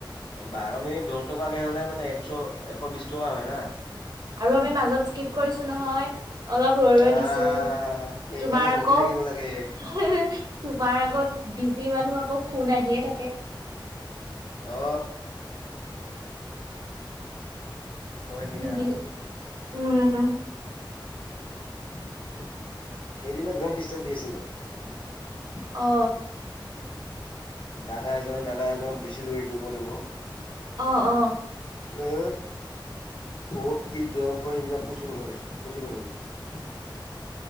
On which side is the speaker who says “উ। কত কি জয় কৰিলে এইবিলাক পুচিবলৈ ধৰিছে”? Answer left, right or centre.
Left